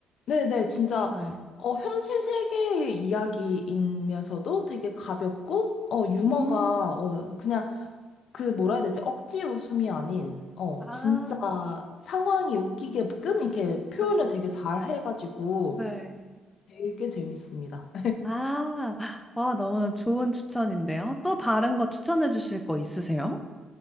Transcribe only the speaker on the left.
네네, 진짜,
어, 현실 세계의 이야기이면서도 되게 가볍고, 어, 유머가,
어, 그냥, 그, 뭐라 해야 되지? 억지 웃음이 아닌, 어,
진짜 상황이 웃기게끔 이렇게 표현을
되게 잘 해가지고
되게 재밌습니다.